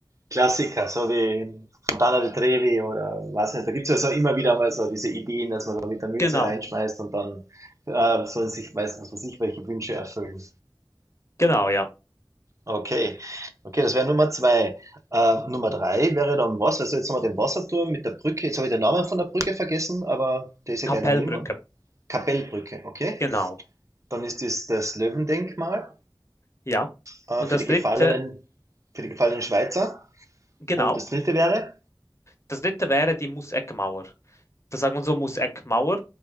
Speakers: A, on the right (about 35°); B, on the left (about 30°).
A: Klassiker, so wie Fontana di Trevi oder was nicht? Da gibt es ja so immer wieder mal so diese Ideen, dass man da mit der Münze
B: Genau,
A: reinschmeißt und dann äh, sollen sich, weiß was weiß ich, welche Wünsche erfüllen.
B: genau, ja.
A: Okay, okay, das wäre Nummer zwei. Äh, Nummer drei wäre dann was? Also jetzt haben wir den Wasserturm mit der Brücke. Jetzt habe ich den Namen von der Brücke vergessen, aber der ist ja
B: Kapellbrücke,
A: gleich daneben. Kapellbrücke, okay.
B: genau,
A: Dann ist das das Löwendenkmal
B: ja.
A: äh,
B: Und
A: für
B: das
A: die gefallenen,
B: dritte,
A: für die gefallenen Schweizer.
B: genau,
A: Und das dritte wäre?
B: das dritte wäre die Museckmauer. Das sagt man so, Museckmauer.